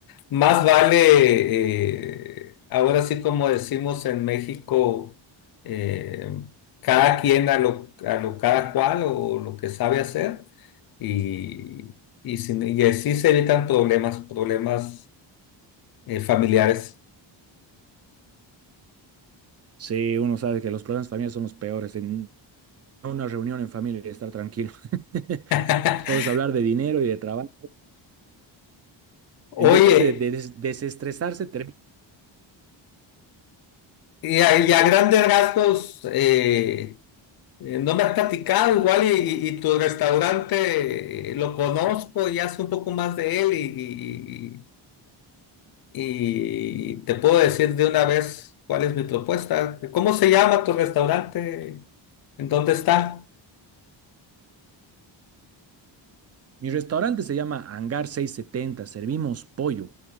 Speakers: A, on the left; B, on the right.
A: más vale, eh, ahora sí como decimos en México, eh, cada quien a lo, a lo cada cual o lo que sabe hacer y, y, sin- y así se evitan problemas, problemas eh, familiares.
B: Sí, uno sabe que los problemas familiares son los peores. En- una reunión en familia y estar tranquilo. <laughs>
A: <laughs>
B: Todo es hablar de dinero y de trabajo.
A: Oye,
B: En vez de, de des- desestresarse, termina-
A: y a, y a grandes rasgos, eh, eh, no me has platicado igual y, y- y tu restaurante eh, lo conozco y hace un poco más de él y Y te puedo decir de una vez cuál es mi propuesta. ¿Cómo se llama tu restaurante? ¿En dónde está?
B: mi restaurante se llama Hangar 670. Servimos pollo,